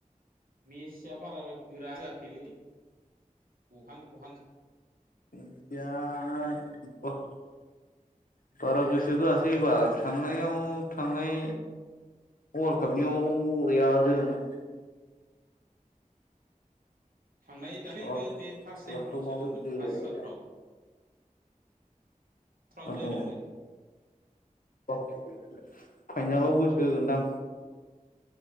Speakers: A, on the right; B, on the left.
A: मेचिया बारा गोरा जोयाखैलै गहां गहां
B: <unintelligible> बारा गोसो होआसै एबार। थांनायाव थांनाय वर्ल्ड कापनियाव बरिया जोदोंमोन।
A: थांनाय दाख्लैबो
B: अ
A: बे फार्स्ट टाइमफ्राव
B: लास्टाव
A: जोदोंमोन
B: माबायदि
A: फार्स्टफ्राव।
B: जायो
A: फ्राव
B: औ
A: जोदोंमोन।
B: फाइनालाव गोसो होगोनदां।